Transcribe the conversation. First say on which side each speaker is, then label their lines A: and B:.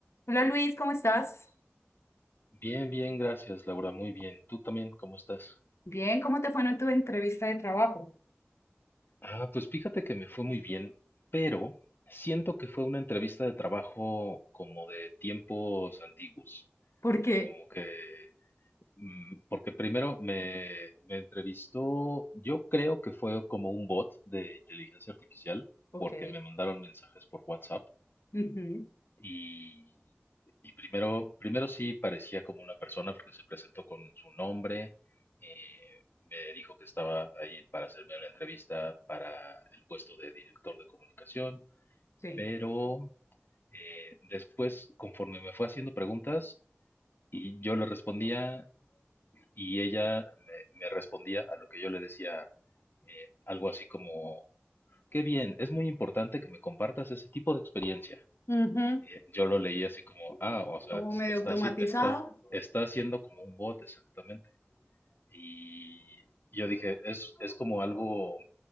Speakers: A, on the left; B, on the left.
A: Hola Luis, ¿cómo estás?
B: Bien, bien, gracias, Laura, muy bien. ¿Tú también cómo estás?
A: Bien, ¿cómo te fue en tu entrevista de trabajo?
B: Ah, pues fíjate que me fue muy bien, pero siento que fue una entrevista de trabajo como de tiempos antiguos,
A: Porque,
B: como que, mm, porque primero me, me entrevistó, yo creo que fue como un bot de inteligencia artificial,
A: ok,
B: porque me mandaron mensajes por WhatsApp.
A: ujú,
B: Y, y primero, primero sí parecía como una persona porque se presentó con su nombre, eh, me dijo que estaba ahí para hacerme la entrevista para el puesto de director de comunicación,
A: sí,
B: pero eh, después, conforme me fue haciendo preguntas, y yo le respondía y ella me, me respondía a lo que yo le decía, eh, algo así como, qué bien, es muy importante que me compartas ese tipo de experiencia.
A: ujú,
B: Y, eh, Yo lo leí así como, ah, o sea,
A: como
B: es-
A: medio
B: está,
A: automatizado,
B: haci- está, está haciendo como un bot exactamente. Y yo dije, es, es como algo